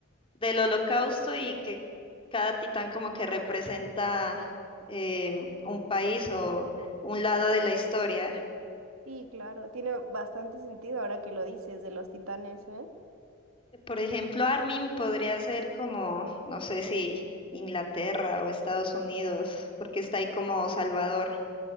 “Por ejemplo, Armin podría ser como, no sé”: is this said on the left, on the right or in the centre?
Left